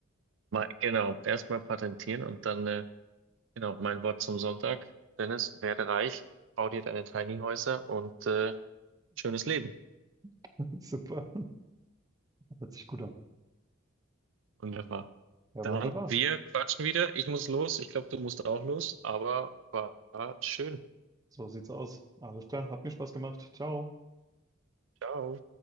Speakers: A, on the right (about 65°); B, on the right (about 20°).
A: mal, genau, erstmal patentieren und dann, äh, genau, mein Wort zum Sonntag. Dennis, werde reich, bau dir deine Tiny Häuser und äh, schönes Leben.
B: <laughs> Super. Hört sich gut an.
A: Wunderbar.
B: Ja,
A: Dann,
B: wunderbar.
A: wir quatschen wieder. Ich muss los. Ich glaube, du musst auch los, aber war schön.
B: So sieht's aus. Alles klar. Hat mir Spaß gemacht. Ciao.
A: Ciao.